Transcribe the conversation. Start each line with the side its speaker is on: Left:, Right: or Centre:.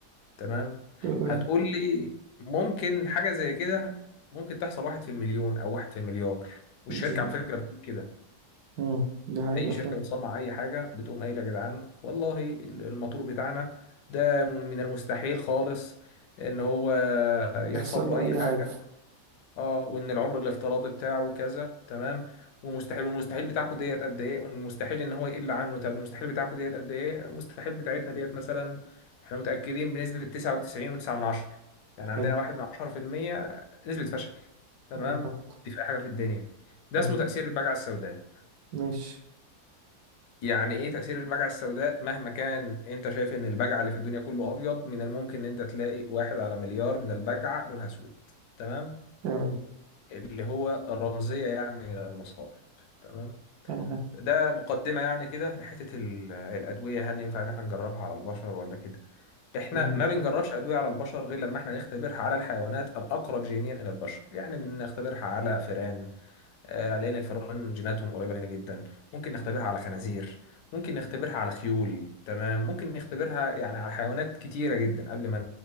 Left: تمام
Right: تمام
Left: هتقول لي ممكن حاجة زي كده ممكن تحصل واحد في المليون أو واحد في المليار والشركة
Right: بالظبط
Left: على فكرة بتقول كده
Right: مم، دي حقيقة
Left: اي شركه
Right: فعلا
Left: بتصنع اي حاجه بتقوم قايله يا جدعان والله الموتور بتاعنا ده من المستحيل خالص ان هو يحصل
Right: يحصل
Left: له
Right: له
Left: اي
Right: أي
Left: حاجه
Right: حاجة
Left: اه وان العمر الافتراضي بتاعه كذا تمام ومستحيل والمستحيل بتاعكم ديت قد ايه والمستحيل ان هو يقل عنه طب المستحيل بتاعكم ديت قد ايه المستحيل بتاعتنا ديت مثلا احنا متاكدين بنسبه 99.9 من عشرة يعني
Right: حلو
Left: عندنا واحد من 10% نسبه فشل تمام
Right: بالظبط
Left: دي في اي حاجه في الدنيا ده
Right: حلو
Left: اسمه تاثير البجعه السوداء
Right: ماشي
Left: يعني ايه تأثير البجعة السوداء مهما كان انت شايف ان البجعة اللي في الدنيا كله ابيض من الممكن ان انت تلاقي واحد على مليار من البجعة لونها اسود تمام
Right: تمام
Left: اللي هو رمزية يعني للمصائب تمام
Right: تمام
Left: ده مقدمة يعني كده لحتة ال- الأدوية هل ينفع إن إحنا نجربها على البشر ولا كده؟ إحنا
Right: ماشي
Left: ما بنجربش أدوية على البشر غير لما إحنا نختبرها على الحيوانات الأقرب جينيا إلى البشر، يعني بنختبرها على فئران آه، لأن الفئران جيناتهم قريبة لنا جدا ممكن نختبرها على خنازير ممكن نختبرها على خيول تمام ممكن نختبرها يعني على حيوانات كتيرة جدا قبل ما